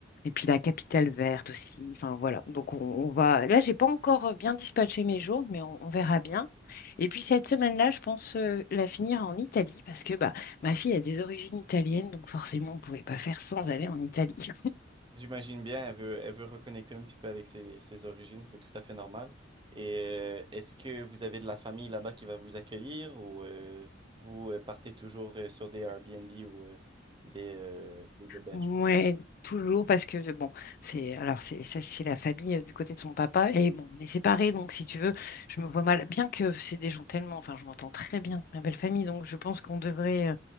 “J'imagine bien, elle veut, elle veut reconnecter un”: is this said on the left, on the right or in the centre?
Right